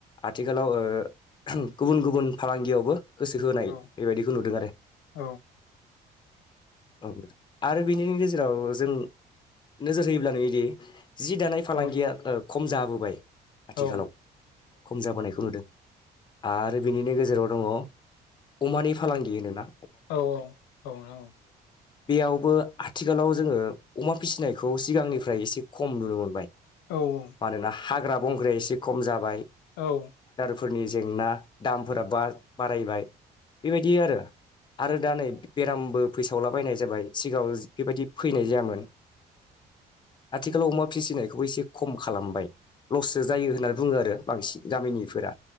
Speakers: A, on the left (about 25°); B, on the left (about 85°).
A: आथिखालाव ओ गुबुन गुबुन फालांगियावबो गोसो होनाय
B: औ
A: बेबायदिखौ नुदों आरो।
B: औ
A: औ आरो बिनि गेजेराव जों नोजोर होयोब्ला नुयोदि‌ जि दानाय फालांगिया
B: औ
A: ओ खम जाबोबाय
B: औ
A: आथिखालाव। खम जाबोनायखौ नुदों आरो बे बिनि गेजेराव दङ अमानि फालांगि नोंना
B: औ औ औ औ।
A: बेयावबो आथिखालाव जोङो अमा फिसिनायखौ सिगांनिफ्राय एसे खम नुनो मोनबाय।
B: औ -औ।
A: मानोना हाग्रा बंग्राया एसे खम जाबाय।
B: औ।
A: फोरनि जेंना दामफोरा बा-बारायबाय बेबायदि आरो आरो दा नै बेरामबो फैसावलाबायनाय जाबाय सिगाङाव बेबायदि फैनाय जायामोन। आथिखालाव अमा फिसिनायखौबो एसे खम खालामबाय लससो जायो होननानै बुङो आरो बांसिन गामिनिफोरा